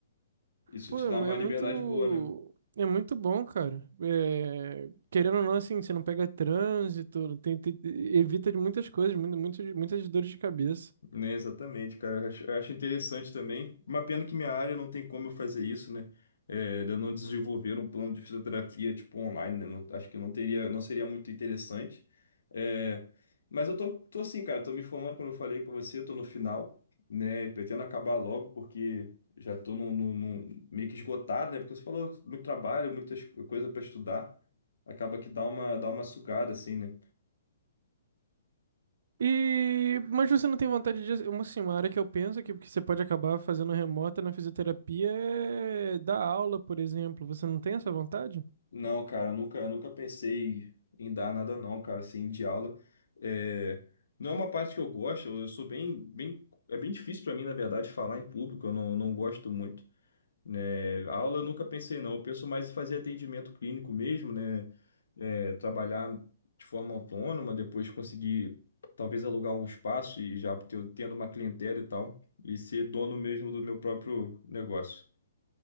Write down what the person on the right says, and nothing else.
Pô,
é
mu-
é
muito,
é muito bom, cara. É, querendo ou não, assim, você não pega trânsito, tem, tem- evita de muitas coisas, muitas, muitas, muitas dores de cabeça.
E, mas você não tem vontade de, uma, assim, uma área que eu penso que, que você pode acabar fazendo remota na fisioterapia é dar aula, por exemplo. Você não tem essa vontade?